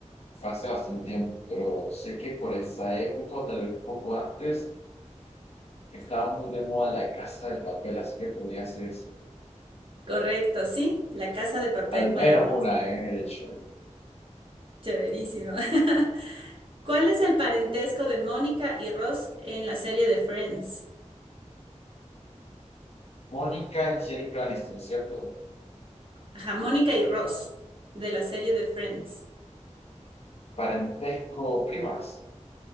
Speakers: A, on the left; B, on the right.
A: fue hace bastante tiempo, pero sé que por esa época, o tal vez un poco antes, estaba muy de moda la Casa de Papel, así que podría ser esa.
B: Correcto, sí. La Casa de Papel
A: Al menos
B: fue la más
A: una,
B: vista.
A: eh, de hecho.
B: Chéverísimo. <laughs> ¿Cuál es el parentesco de Mónica y Ross en la serie de Friends?
A: Mónica Angélica Aniston, ¿cierto?
B: Ajá, Mónica y Ross, de la serie de Friends.
A: Parentesco primas.